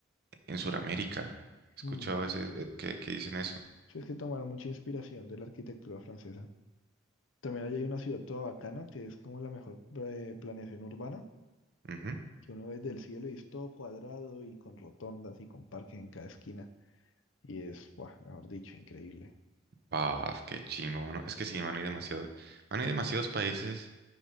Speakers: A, on the right; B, on the left.
A: en Sudamérica. He escuchado
B: Mm.
A: ese, eh, que, que dicen eso.
B: Sí, es que tomaron mucha inspiración de la arquitectura francesa. También allá hay una ciudad toda bacana, que es como la mejor eh, planeación urbana,
A: Ujú.
B: que uno ve desde el cielo y es todo cuadrado y con rotondas y con parques en cada esquina. Y es, buah, mejor dicho, increíble.
A: Paf, qué chimbo, mano. Es que sí, mano, hay demasiado, mano, hay demasiados países